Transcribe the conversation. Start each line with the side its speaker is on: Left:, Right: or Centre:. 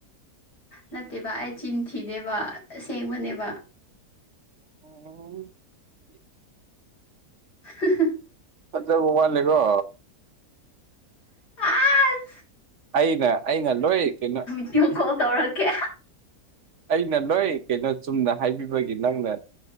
Left: ꯅꯠꯇꯦꯕ ꯑꯩ ꯆꯤꯟ ꯊꯤꯗꯦꯕ ꯑꯁꯦꯡꯕꯅꯦꯕ
Right: ꯑꯣ
Left: ꯍꯥ ꯍꯥ ꯍꯥ
Right: ꯐꯖꯕ ꯋꯥꯠꯂꯤꯀꯣ
Left: ꯑꯁ
Right: ꯑꯩꯅ ꯑꯩꯅ ꯂꯣꯏ ꯀꯩꯅꯣ
Left: ꯕꯤꯗꯤꯌꫭ ꯀꯣꯜ ꯇꯧꯔꯛꯀꯦ
Right: ꯑꯩꯅ ꯂꯣꯏ ꯀꯩꯅꯣ ꯆꯨꯝꯅ ꯍꯥꯏꯕꯤꯕꯒꯤ ꯅꯪꯅ